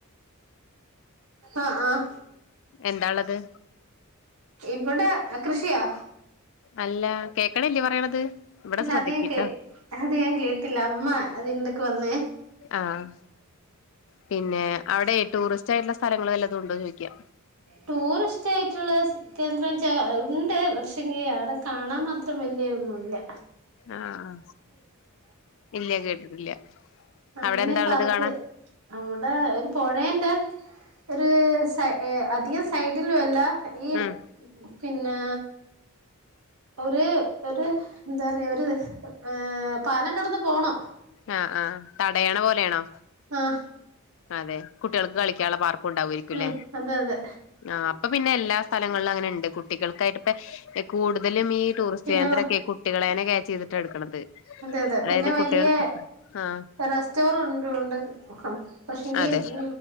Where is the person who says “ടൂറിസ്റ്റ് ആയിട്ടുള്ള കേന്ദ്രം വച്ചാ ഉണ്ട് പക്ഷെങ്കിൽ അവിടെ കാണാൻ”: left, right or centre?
Right